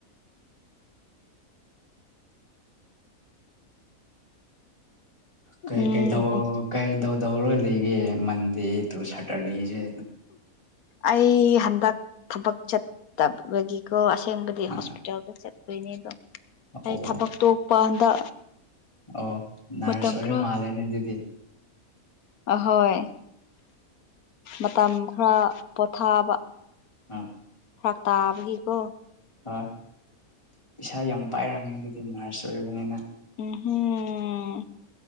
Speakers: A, on the left; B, on the left.
A: ꯀꯩ
B: ꯎꯝ
A: ꯀꯩ
B: ꯍꯝ
A: ꯀꯩꯗꯧꯗꯧꯔꯒ ꯂꯩꯒꯦ ꯃꯟꯗꯦ ꯇꯨ ꯁꯦꯇꯔꯗꯦꯁꯦ
B: ꯑꯩ ꯍꯟꯗꯛ ꯊꯕꯛ ꯆꯠꯇꯕꯒꯤ ꯀꯣ ꯑꯁꯦꯡꯕꯗꯤ ꯍꯣꯁꯄꯤꯇꯥꯜꯗ
A: ꯑ
B: ꯆꯠꯇꯠꯇꯣꯏꯅꯦꯕ
A: ꯑꯣ
B: ꯑꯩ ꯊꯕꯛꯇꯣ ꯄꯗ
A: ꯑꯣ ꯅꯔꯁ
B: ꯃꯇꯝ
A: ꯑꯣꯏꯔ
B: ꯈꯔ
A: ꯃꯥꯜꯂꯦꯅꯦ ꯑꯗꯨꯗꯤ
B: ꯑꯍꯣꯏ ꯃꯇꯝ ꯈꯔ ꯄꯣꯊꯥꯕ
A: ꯑꯥ
B: ꯐꯔꯥꯛ ꯇꯥꯕꯒꯤꯀꯣ
A: ꯍꯣꯏ ꯄꯩꯁꯥ ꯌꯥꯝ ꯄꯥꯏꯔꯝꯅꯤ ꯑꯗꯨꯗꯤ ꯅꯔꯁ ꯑꯣꯏꯕꯅꯤꯅ
B: ꯎꯝꯝ